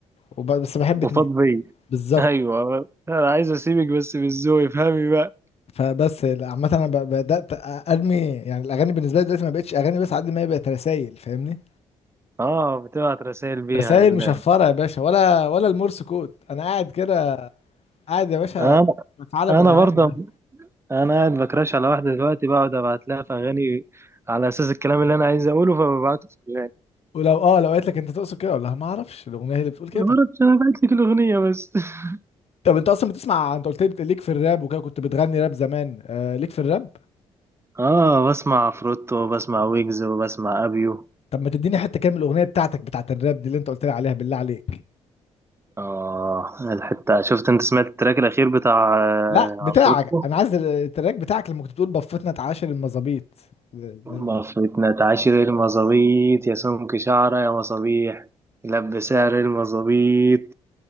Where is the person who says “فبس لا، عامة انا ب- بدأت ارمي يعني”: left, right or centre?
Left